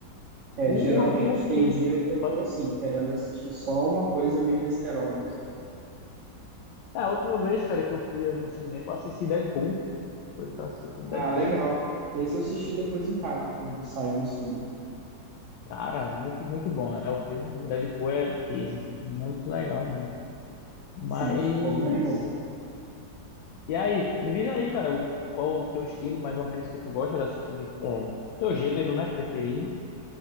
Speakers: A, on the right; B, on the left.
A: É,
B: O
A: geralmente
B: último
A: tem
B: filme.
A: dia que eu tô
B: posso-
A: assim, querendo assistir só uma coisa meio besterol mesmo.
B: É, a última vez, cara, que eu fui no cinema, eu assisti Deadpool. Foi pra assistir o filme
A: Ah,
B: Deadpool.
A: legal. Esse eu assisti depois em casa, quando saiu no stream.
B: Cara, muito, muito bom, né? O filme. O Deadpool é peso. Muito legal mesmo. Mas.
A: Sim, ficou bem bom.
B: E aí? Me diz aí, cara, o- qual o teu estilo, mais ou menos, que tu gosta de assistir? De, é, teu gênero, né? Preferido.